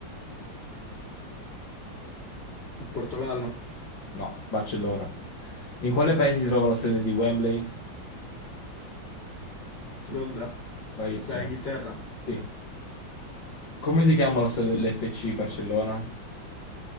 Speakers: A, on the left (about 25°); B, on the left (about 70°).
A: Portogallo,
B: No, Barcellona. In quale paese si trova lo stadio di Wembley?
A: Londra,
B: Bravissimo.
A: cioè Inghilterra,
B: Sì. Come si chiama lo stadio dell'FC Barcellona?